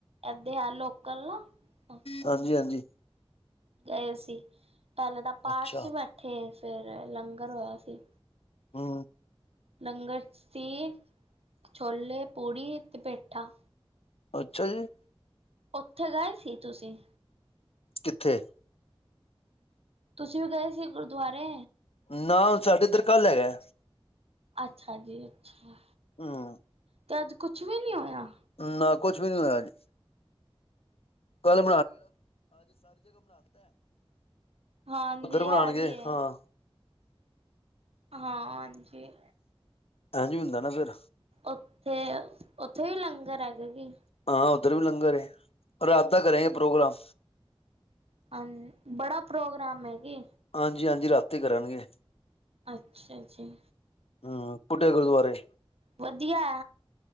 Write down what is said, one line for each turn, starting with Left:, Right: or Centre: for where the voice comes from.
Right: ਇਥੇ ਆ ਲੋਕਲ ਨਾ। ਓਥੇ
Left: ਹਾਂਜੀ ਹਾਂਜੀ।
Right: ਗਏ ਸੀ, ਪਹਿਲੇ ਤਾਂ ਪਾਠ
Left: ਅੱਛਾ।
Right: ਚ ਬੈਠੇ ਆ, ਫੇਰ ਲੰਗਰ ਹੋਇਆ ਸੀ।
Left: ਹੂ
Right: ਲੰਗਰ ਚ ਸੀ, ਛੋਲੇ, ਪੂੜੀ ਤੇ ਪੇਠਾ।
Left: ਅੱਛਾ ਜੀ।
Right: ਉੱਥੇ ਗਏ ਸੀ ਤੁਸੀਂ?
Left: ਕਿੱਥੇ?
Right: ਤੁਸੀਂ ਵੀ ਗਏ ਸੀ ਗੁਰਦੁਆਰੇ?
Left: ਨਾ ਹੁਣ ਸਾਡੇ ਇੱਧਰ ਕੱਲ ਹੈਗਾ।
Right: ਅੱਛਾ ਜੀ ਅੱਛਾ।
Left: ਹਮ।
Right: ਅਤੇ ਅੱਜ ਕੁਛ ਵੀ ਨਹੀਂ ਹੋਇਆ?
Left: ਨਾ ਕੁਛ ਵੀ ਨਹੀਂ ਹੋਇਆ ਅੱਜ। <unintelligible> ਕੱਲ ਉੱਧਰ
Right: ਹਾਂਜੀ
Left: ਬਣਾਉਣਗੇ
Right: ਇਹ ਵੀ
Left: ਹਾਂ।
Right: ਹਾਂ, ਜੀ।
Left: ਹਾਂਜੀ ਹੁੰਦਾ ਨਾ ਫਿਰ
Right: ਉੱਥੇ, ਉੱਥੇ ਹੀ ਲੰਗਰ ਹੈਗੇ ਕੀ?
Left: ਹਾਂ ਉੱਧਰ ਵੀ ਲੰਗਰ ਏ ਰਾਤ ਦਾ ਕਰੇਗੇ ਪ੍ਰੋਗਰਾਮ।
Right: ਹਾਂ ਜੀ ਬੜਾ ਪ੍ਰੋਗਰਾਮ ਹੈ ਕਿ?
Left: ਹਾਂਜੀ, ਹਾਂਜੀ ਰਾਤੀ ਕਰਨਗੇ।
Right: ਅੱਛਾ ਜੀ।
Left: ਹੂੰ, ਪੁਡੇ ਗੁਰਦਵਾਰੇ।
Right: ਵਦੀਆ।